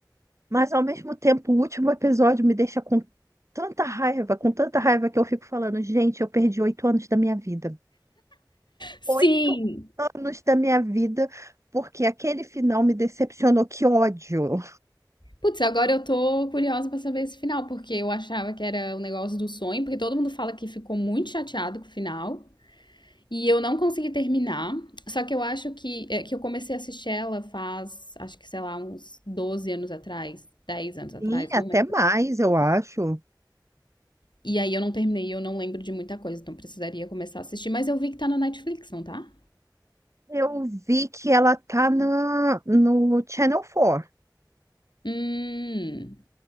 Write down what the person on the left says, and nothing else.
Sim,
Putz, agora eu tô curiosa pra saber esse final, porque eu achava que era o negócio do sonho, porque todo mundo fala que ficou muito chateado com o final, e eu não consegui terminar. Só que eu acho que, é, que eu comecei a assistir ela faz, acho que, sei lá, uns 12 anos atrás, 10 anos atrás,
não lembro.
E aí eu não terminei, eu não lembro de muita coisa, então precisaria começar a assistir. Mas eu vi que tá na Netflix, não tá?
Hum,